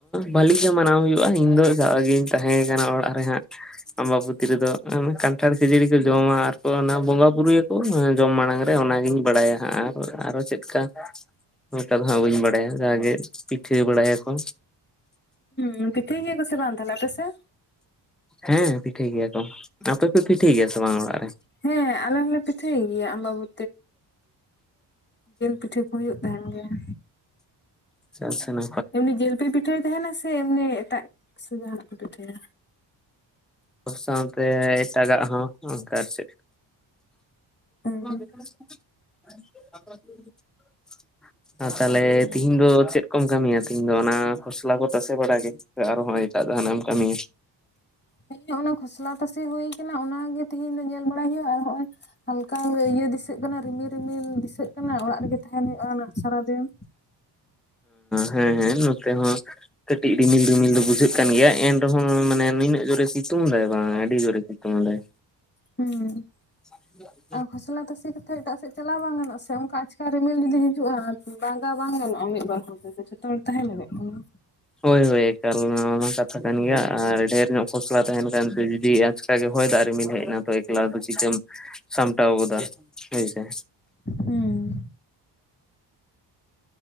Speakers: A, in the centre; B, on the left (about 25°).
A: ᱵᱷᱟᱹᱞᱤ ᱜᱮ ᱢᱟᱱᱟᱣ ᱦᱩᱭᱩᱜᱼᱟ ᱤᱧ ᱫᱚ ᱡᱟᱜᱤᱧ ᱛᱟᱦᱮᱸ ᱠᱟᱱᱟ ᱚᱲᱟᱜ ᱨᱮ ᱜᱮ ᱦᱟᱸᱜ᱾ ᱟᱢᱵᱟᱵᱚᱛᱤ ᱨᱮᱫᱚ ᱚᱱᱮ ᱠᱟᱱᱴᱷᱟᱲ ᱠᱷᱤᱡᱲᱤ ᱠᱚ ᱡᱚᱢᱟ ᱟᱨᱠᱚ ᱚᱱᱟ ᱵᱚᱸᱜᱟ ᱵᱩᱨᱩ ᱣᱟᱹᱼᱼ ᱚ ᱡᱚᱢ ᱢᱟᱲᱟᱝ ᱨᱮ ᱚᱱᱟᱜᱤᱧ ᱵᱟᱲᱟᱭᱟ ᱦᱟᱸᱜ ᱟᱨ ᱪᱮᱫ? ᱠᱟᱫᱟ ᱚᱱᱠᱟ ᱫᱚ ᱦᱟᱸᱜ ᱵᱟᱹᱧ ᱵᱟᱲᱟᱭᱟ ᱡᱟᱜᱮ ᱯᱤᱴᱷᱟᱹ ᱵᱟᱲᱟᱭᱟᱠᱚ᱾
B: ᱦᱩᱸ ᱯᱤᱴᱷᱟᱹᱭ ᱜᱮᱭᱟ ᱠᱚ ᱥᱮ ᱵᱟᱝ ᱛᱟᱦᱚᱞᱮ ᱟᱯᱮ ᱥᱮᱜ?
A: ᱦᱮᱸ ᱯᱤᱴᱷᱟᱹᱭ ᱜᱮᱭᱟ ᱠᱚ ᱟᱯᱮ ᱯᱮ ᱯᱤᱴᱷᱟᱹᱭ ᱜᱮᱭᱟ ᱥᱮ ᱵᱟᱝ ᱚᱲᱟᱜ ᱨᱮ?
B: ᱦᱮᱸ ᱟᱞᱮ ᱦᱚᱸᱞᱮ ᱯᱤᱴᱷᱟᱹᱭ ᱜᱮᱭᱟ ᱟᱢᱵᱟ ᱵᱩᱼᱼ ᱯᱤᱴᱷᱟᱹ ᱠᱚ ᱦᱩᱭᱩᱜ ᱛᱟᱦᱮᱱ ᱜᱮᱭᱟ
A: <inaudible> ᱦᱮᱸ ᱪᱟᱥᱮᱱᱟᱼᱼ
B: ᱮᱢᱱᱮ ᱡᱤᱞ ᱯᱮ ᱯᱤᱴᱷᱟᱹᱭ ᱛᱟᱦᱮᱱᱟ ᱥᱮ ᱮᱢᱱᱤ ᱮᱴᱟᱜ ᱥᱮ ᱡᱟᱦᱟᱸᱱᱟᱜ ᱯᱮ ᱯᱤᱴᱷᱟᱹᱭᱟ?
A: ᱥᱟᱶᱛᱮ ᱮᱴᱟ ᱜᱟᱜ ᱦᱚᱸ ᱚᱱᱠᱟ ᱟᱨ ᱪᱮᱫ?
B: ᱦᱩᱸ
A: <inaudible> ᱛᱟᱦᱚᱞᱮ ᱛᱤᱦᱤᱧ ᱫᱚ ᱪᱮᱫ ᱠᱚᱢ ᱠᱟᱹᱢᱤᱭᱟ ᱛᱤᱦᱤᱧ ᱫᱚ ᱚᱱᱟ ᱠᱷᱚᱥᱞᱟ ᱠᱚ ᱛᱟᱥᱮ ᱵᱟᱲᱟ ᱜᱮ? ᱟᱨ ᱦᱚᱸᱭᱤᱛ ᱫᱷᱟᱱᱟᱮᱢ ᱠᱟᱹᱢᱤᱼᱼ
B: ᱦᱮᱸ ᱚᱱᱟ ᱠᱷᱚᱥᱞᱟ ᱛᱟᱥᱤ ᱦᱩᱭ ᱠᱟᱱᱟ ᱚᱱᱟᱜᱮ ᱛᱮᱤᱦᱤᱧ ᱫᱚ ᱧᱮᱞ ᱵᱟᱲᱟᱭ ᱦᱩᱭᱩᱜᱼᱟ ᱟᱨ ᱱᱚᱜᱼᱚᱭ᱾ ᱦᱟᱞᱠᱟ ᱤᱭᱟᱹ ᱫᱤᱥᱤᱥᱟᱹᱜ ᱠᱟᱱᱟ ᱨᱤᱢᱤᱞ ᱨᱤᱢᱤᱞ ᱫᱤᱥᱟᱹᱜ ᱠᱟᱱᱟ ᱚᱲᱟᱜ ᱨᱮᱜᱮ ᱛᱟᱦᱮᱱ ᱦᱩᱭᱩᱜᱼᱟ ᱱᱟ ᱥᱟᱨᱟ ᱫᱤᱱ᱾
A: ᱦᱮᱸ ᱦᱮᱸ ᱱᱚᱛᱮ ᱦᱚᱸ, ᱠᱟᱹᱴᱤᱡ ᱨᱤᱢᱤᱞ ᱫᱤᱢᱤᱞ ᱫᱚ ᱵᱩᱡᱷᱟᱹᱜ ᱠᱟᱱ ᱜᱮᱭᱟ ᱮᱱᱨᱮᱦᱚᱸ ᱢᱟᱱᱮ ᱱᱤᱱᱟᱹᱜ ᱡᱳᱨᱮ ᱥᱤᱛᱩᱝ ᱫᱟᱭ ᱵᱟᱝ ᱟᱹᱰᱤ ᱡᱳᱨᱮ ᱥᱤᱛᱩᱝ ᱫᱟᱭ᱾
B: ᱦᱩᱸᱻ
A: <inaudible>
B: ᱟᱨ ᱠᱷᱚᱥᱞᱟ ᱛᱟᱥᱤ ᱠᱟᱛᱮᱫ ᱮᱴᱟᱜ ᱥᱮᱫ ᱪᱟᱞᱟᱣ ᱵᱟᱝ ᱜᱟᱱᱚᱜ ᱥᱮ ᱚᱱᱠᱟ ᱟᱪᱠᱟ ᱨᱤᱢᱤᱞ ᱡᱩᱫᱤ ᱦᱤᱡᱩᱜᱼᱟ᱾ ᱵᱟᱝᱜᱟ ᱵᱟᱝ ᱜᱟᱱᱚᱜᱼᱟ ᱢᱤᱫ ᱵᱟᱨ ᱦᱚᱲ ᱠᱚ ᱡᱷᱚᱛᱚ ᱦᱚᱲ ᱛᱟᱦᱮᱸ ᱞᱟᱜᱟᱜ ᱠᱟᱱᱟ᱾
A: ᱦᱳᱭ ᱦᱳᱭ ᱮᱠᱟᱞ ᱱᱣᱟᱼᱼ ᱠᱟᱛᱷᱟ ᱠᱟᱱ ᱜᱮᱭᱟ ᱟᱨ ᱰᱷᱮᱨ ᱧᱚᱜ ᱯᱷᱚᱥᱞᱟ ᱛᱟᱦᱮᱱ ᱠᱟᱱ ᱡᱩᱫᱤ ᱟᱪᱠᱟ ᱜᱮ ᱦᱚᱭ ᱫᱟᱜᱼᱼ ᱨᱤᱢᱤᱞ ᱦᱮᱡ ᱱᱟ ᱛᱚ ᱮᱠᱞᱟ ᱪᱤᱠᱮᱢ ᱥᱟᱢᱴᱟᱣ ᱜᱚ ᱫᱟ ᱦᱳᱭᱥᱮ᱾
B: ᱦᱮᱸ᱾